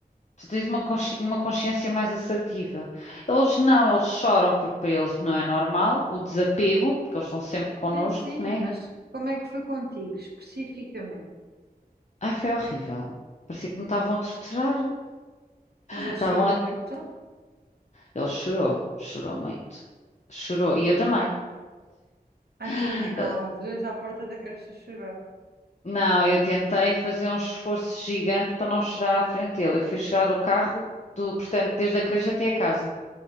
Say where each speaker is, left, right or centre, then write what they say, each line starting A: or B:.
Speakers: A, on the left; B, on the right.
A: tu tens uma,
B: Ok.
A: consci- uma consciência mais assertiva. Eles não, eles choram porque para eles não é normal, o desapego, porque eles estão sempre connosco,
B: Sim, sim,
A: né?
B: mas como é que foi contigo, especificamente?
A: Ai, foi horrível. Parecia que me estavam a torturar.
B: Mas ele
A: Estavam
B: chorou
A: a...
B: muito?
A: Ele chorou, chorou muito. Chorou, e eu também.
B: Ah,
A: <laughs>
B: tu imaginava os dois à porta da creche a chorar.
A: Não, eu tentei fazer um esforço gigante para não chegar à frente dele. Eu fui chorar o carro do, portanto, desde a creche até a casa,